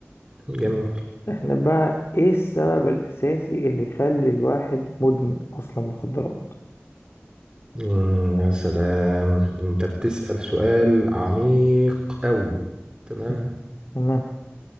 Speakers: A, on the right (about 20°); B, on the left (about 65°).
A: جميل
B: احنا بقى ايه السبب الأساسي اللي يخلي الواحد مدمن أصلا مخدرات
A: امم يا سلام انت بتسأل سؤال عميق قوي تمام
B: م. تمام